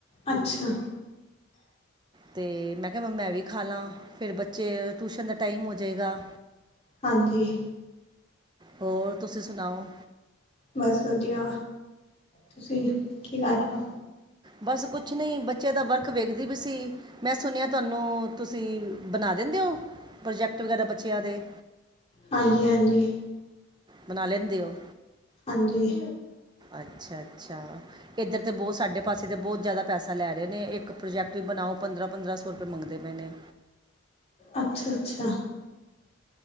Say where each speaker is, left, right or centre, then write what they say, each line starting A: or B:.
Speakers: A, on the left; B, on the right.
A: ਅੱਛਾ
B: ਤੇ ਮੈਂ ਕਿਹਾ ਮੈ ਮੈਂ ਵੀ ਖਾ ਲਾਂ, ਫਿਰ ਬੱਚੇ ਟਿਊਸ਼ਨ ਦਾ ਟਾਈਮ ਹੋ ਜਾਵੇਗਾ
A: ਹਾਂਜੀ
B: ਹੋਰ ਤੁਸੀਂ ਸੁਣਾਓ
A: ਬਸ ਵਧੀਆ, ਤੁਸੀਂ ਕੀ ਕਰ ਰਹੇ ਹੋ।
B: ਬਸ ਕੁਛ ਨਹੀਂ, ਬੱਚੇ ਦਾ ਵਰਕ ਵੇਖਦੀ ਪਈ ਸੀ। ਮੈਂ ਸੁਣਿਆ ਤੁਹਾਨੂੰ, ਤੁਸੀਂ ਬਣਾ ਦਿੰਦੇ ਹੋ, ਪ੍ਰੋਜੈਕਟ ਵਗੈਰਾ ਬੱਚਿਆਂ ਦੇ
A: ਹਾਂਜੀ, ਹਾਂਜੀ।
B: ਬਣਾ ਲੈਂਦੇ ਹੋ।
A: ਹਾਂਜੀ।
B: ਅੱਛਾ- ਅੱਛਾ। ਇੱਧਰ ਤਾਂ ਬਹੁਤ ਸਾਡੇ ਪਾਸੇ ਤਾਂ ਬਹੁਤ ਜ਼ਿਆਦਾ ਪੈਸਾ ਲੈ ਰਹੇ ਨੇ ਇੱਕ ਪ੍ਰੋਜੈਕਟ ਵੀ ਬਣਾਓ ਪੰਦਰਾਂ, ਪੰਦਰਾਂ ਸੌ ਰੁਪਏ ਮੰਗਦੇ ਪਏ ਨੇ।
A: ਅੱਛਾ-ਅੱਛਾ।